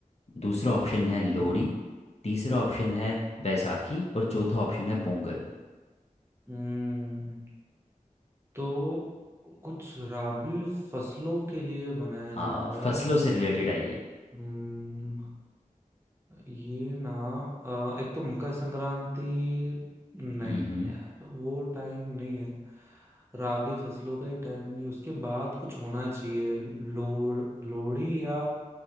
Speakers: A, on the left; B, on the right.
A: दूसरा ऑप्शन है लोहड़ी तीसरा ऑप्शन है बैसाखी और चौथा ऑप्शन है पोंगल
B: हम्म तो कुछ रबी फसलों के लिए बनाया
A: हाँ
B: जा रहा
A: फसलों
B: है
A: से रिलेटेड है ये
B: हम्म ये ना अ, एक तो मकर संक्रांति नहीं
A: हम्म
B: यार वो टाइम नहीं है राबी फसलों का ही टाइम नहीं उसके बाद कुछ होना चाहिए लोर लोहड़ी या